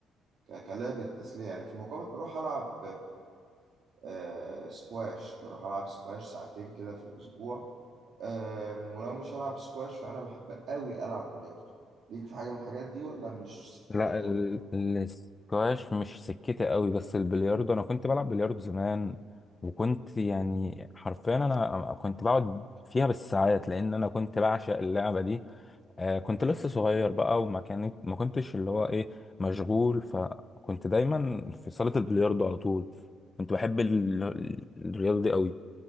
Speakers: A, on the right; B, on the left.
A: ك... كلعبة تسلية يعني في المقابل بروح ألعب آه سكواش بروح ألعب سكواش ساعتين كده في الأسبوع آه ولو مش هلعب سكواش فأنا بحب أوي ألعب بلياردو ليك في حاجة من الحاجات دي ولا مش سكتك
B: لا ال-
A: أوي؟
B: الاسكواش مش سكتي قوي بس البلياردو انا كنت بلعب بلياردو زمان وكنت يعني حرفيا انا كنت بقعد فيها بالساعات لان انا كنت بعشق اللعبه دي آه كنت لسه صغير بقى وما كانت ما كنتش اللي هو ايه مشغول فكنت دايما في صاله البلياردو على طول كنت بحب ال- ال- الرياضه دي قوي